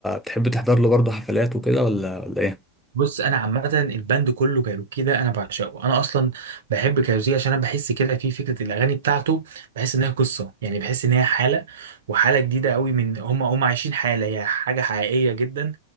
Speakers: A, in the centre; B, on the right (about 60°).
A: بتحب تحضر له برضه حفلات وكده ولا ولا ايه
B: بص انا عامه الباند كله كايروكي ده انا بعشقه انا اصلا بحب كايروكي عشان انا بحس كده في فكره الاغاني بتاعته بحس ان هي قصه يعني بحس ان هي حاله وحاله جديده قوي من هم هم عايشين حاله هي حاجه حقيقيه جدا